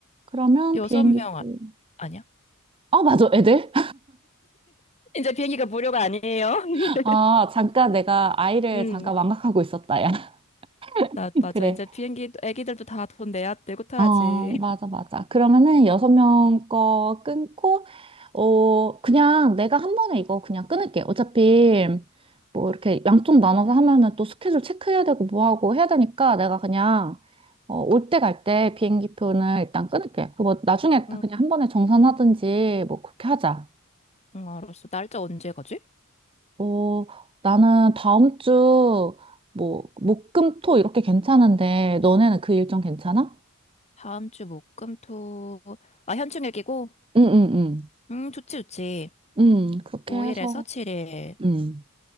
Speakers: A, on the right; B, on the left.
A: 그러면
B: 여섯
A: 비행기표.
B: 명, 아, 아니야?
A: 아, 맞아, 애들?
B: 이제 비행기가 무료가 아니에요. <laughs>
A: <laughs> 아, 잠깐 내가 아이를
B: 응.
A: 잠깐 망각하고 있었다, 야. <laughs>
B: 나, 맞아.
A: 그래.
B: 이제 비행기, 애기들도 다 돈 내야 되고 타야지.
A: 어, 맞아, 맞아. 그러면은 여섯 명 거 끊고, 어, 그냥 내가 한 번에 이거 그냥 끊을게. 어차피 뭐 이렇게 양쪽 나눠서 하면은 또 스케줄 체크해야 되고 뭐 하고 해야 되니까 내가 그냥 어, 올 때 갈 때 비행기 표는 일단 끊을게. 그뭐 나중에 다
B: 응,
A: 그냥 한 번에 정산하든지 뭐 그렇게 하자.
B: 응, 알았어. 날짜 언제 가지?
A: 어, 나는 다음 주, 뭐, 목, 금, 토 이렇게 괜찮은데, 너네는 그 일정 괜찮아?
B: 다음 주 목, 금, 토. 아, 현충 일기고?
A: 응, 응, 응,
B: 음, 좋지, 좋지.
A: 응, 그렇게
B: 5일에서
A: 해서.
B: 7일.
A: 응, 응.